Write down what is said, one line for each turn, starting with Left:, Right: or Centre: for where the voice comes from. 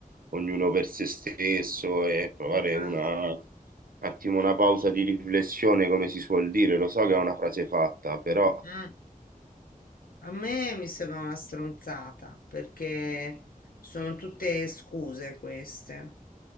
Right: ognuno per se stesso e provare
Left: Ma
Right: una un attimo, una pausa di riflessione, come si suol dire, lo so che è una frase fatta, però
Left: mm, a me mi sembra una stronzata, perché sono tutte scuse queste.